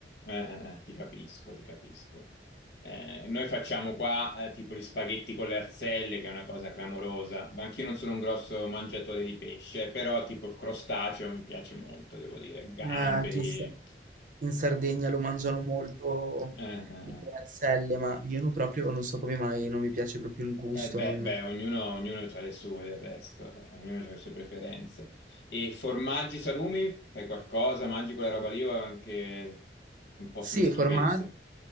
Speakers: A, on the left; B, on the right.
A: Eh, eh, ti capisco, ti capisco. Eh, noi facciamo qua eh, tipo gli spaghetti con le arzelle, che è una cosa clamorosa. Ma Anch'io non sono un grosso mangiatore di pesce, però tipo il crostaceo mi piace molto, devo dire. Gamberi.
B: Eh, anche in, Sa-
A: eh,
B: in Sardegna lo mangiano molto
A: eh, eh.
B: le arselle, ma io no- proprio non so come mai, non mi piace proprio il gusto.
A: Eh beh,
B: non-
A: beh, ognuno, ognuno ha le sue del resto, eh, ognuno ha le sue preferenze. E formaggi, salumi, fai qualcosa, mangi quella roba lì o anche un po'
B: Sì,
A: sono schifezze?
B: formaggi.